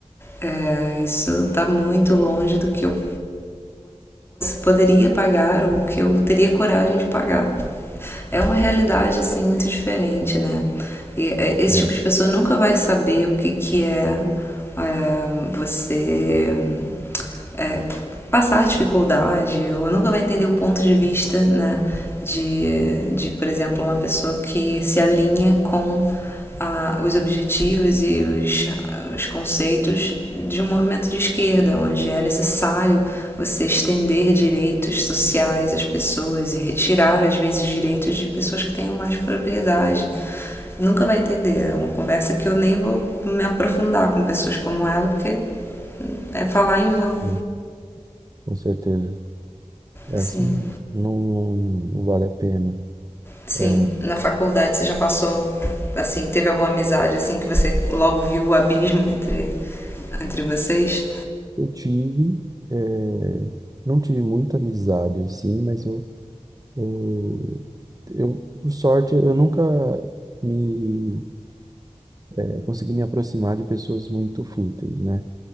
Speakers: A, on the left; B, on the right.
A: é, isso tá muito longe do que eu poderia pagar ou que eu teria coragem de pagar. É uma realidade assim muito diferente, né? E é, esse
B: É,
A: tipo de pessoa nunca vai saber o que, que é, é você é, passar dificuldade ou nunca vai entender o ponto de vista, né? De, de por exemplo, uma pessoa que se alinha com ah, os objetivos e os, os conceitos de um movimento de esquerda, onde é necessário você estender direitos sociais às pessoas e retirar, às vezes, direitos de pessoas que tenham mais propriedade. Nunca vai entender. É uma conversa que eu nem vou me aprofundar com pessoas como ela, porque é falar em vão.
B: hum, com certeza. Essa
A: Sim.
B: não, não, não vale a pena.
A: Sim,
B: É.
A: na faculdade você já passou, assim, teve alguma amizade assim que você logo viu o abismo entre, entre vocês?
B: Eu tive, eh, não tive muita amizade, assim, mas eu, eu, eu, por sorte, eu nunca me, eh, consegui me aproximar de pessoas muito fúteis, né?